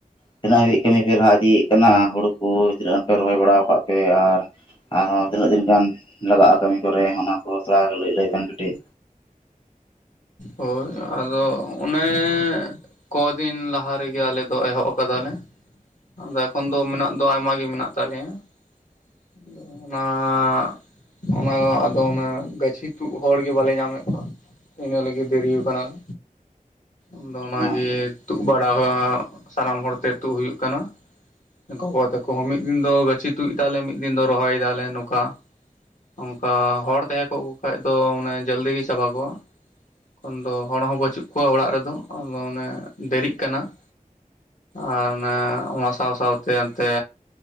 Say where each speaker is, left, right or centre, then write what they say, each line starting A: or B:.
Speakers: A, on the left; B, on the left.
A: ᱛᱤᱱᱟᱹᱜ ᱦᱟᱹᱵᱤᱡ ᱠᱟᱹᱢᱤ ᱯᱮ ᱞᱟᱦᱟ ᱤᱫᱤ ᱠᱟᱱᱟ ᱦᱩᱲᱩ ᱠᱚ ᱛᱤᱱᱟᱹᱜ ᱜᱟᱱ ᱯᱮ ᱨᱚᱦᱚᱭ ᱵᱟᱲᱟᱟᱣ ᱠᱟᱜ ᱯᱮ ᱟᱨ ᱟᱨᱦᱚᱸ ᱛᱤᱱᱟ. ᱜ ᱫᱤᱱ ᱜᱟᱱ ᱞᱟᱜᱟᱜ-ᱟ ᱠᱟᱹᱢᱤ? ᱨᱮ ᱚᱱᱟ ᱠᱚ ᱛᱷᱚᱲᱟᱣ ᱞᱟᱹᱭ ᱵᱮᱱ ᱠᱟᱹᱴᱤᱡ?
B: ᱦᱳᱭ ᱟᱫᱚ ᱚᱱᱮ ᱠᱚᱫᱤᱱ ᱞᱟᱦᱟ ᱨᱮᱜᱮ ᱟᱞᱮ ᱫᱚ ᱮᱦᱚᱵ ᱟᱠᱟᱫᱟᱞᱮ ᱟᱫᱚ ᱮᱠᱷᱚᱱ ᱫᱚ ᱢᱮᱱᱟᱜ ᱫᱚ ᱟᱭᱢᱟ ᱜᱮ ᱢᱮᱱᱟᱜ ᱛᱟᱞᱮᱭᱟ ᱾ ᱚᱱᱟ ᱚᱱᱟ ᱟᱫᱚ ᱚᱱᱟ ᱜᱟᱟᱹᱪᱷᱤ ᱛᱩᱫ ᱦᱚᱲ ᱜᱮ ᱵᱟᱞᱮ ᱧᱟᱢᱮᱫ ᱠᱚᱣᱟ ᱾ ᱤᱱᱟᱹ ᱞᱟᱹᱜᱤᱫ ᱫᱮᱨᱤ ᱟᱠᱟᱱᱟᱞᱮ᱾ ᱟᱫᱚ ᱚᱱᱟ
A: ᱦᱳᱭ
B: ᱜᱤ ᱛᱩᱫ ᱵᱟᱲᱟ ᱥᱟᱱᱟᱢ ᱦᱚᱲ ᱛᱮ ᱛᱩᱫ ᱦᱩᱭᱩᱜ ᱠᱟᱱᱟ ᱾ ᱜᱚᱜᱚ ᱛᱟᱠᱚ ᱢᱤᱫ ᱫᱤᱱ ᱫᱚ ᱜᱟᱹᱪᱷᱤ ᱛᱩᱫ ᱫᱟᱞᱮ ᱢᱤᱫ ᱫᱤᱱ ᱫᱚ ᱨᱚᱦᱚᱭᱮᱫᱟᱞᱮ ᱱᱚᱝᱠᱟ ᱾ ᱚᱱᱠᱟ ᱦᱚᱲ ᱛᱟᱦᱮᱸ ᱠᱚᱜ ᱠᱚ ᱠᱷᱟᱡ ᱫᱚ ᱢᱟᱱᱮ ᱡᱚᱞᱫᱤ ᱜᱮ ᱪᱟᱵᱟ ᱠᱚᱜᱼᱟ ᱾ ᱮᱚᱠᱷᱚᱱ ᱫᱚ ᱦᱚᱲ ᱦᱚᱸ ᱵᱟᱹᱪᱩᱜ ᱠᱚᱣᱟ ᱚᱲᱟᱜ ᱨᱮᱫᱚ ᱟᱫᱚ ᱚᱱᱮ ᱫᱮᱨᱤᱜ ᱠᱟᱱᱟ ᱾ ᱟᱨ ᱚᱱᱟ ᱚᱱᱟ ᱥᱟᱶ ᱥᱟᱶᱛᱮ ᱚᱱᱛᱮ ᱚᱱᱛᱮ